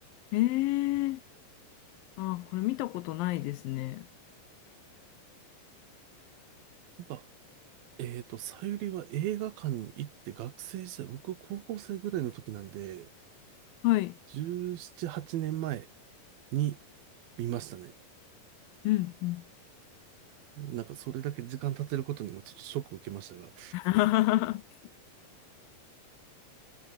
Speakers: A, on the left; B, on the right.
A: ええ、あ、これ見たことないですね。
B: なんか、えっと、さゆりは映画館に行って学生時代、僕高校生ぐらいの時なんで、
A: はい。
B: 17、8年前に見ましたね。
A: うんうん。
B: なんかそれだけ時間経てることにもちょっとショックを受けましたが。
A: <laughs>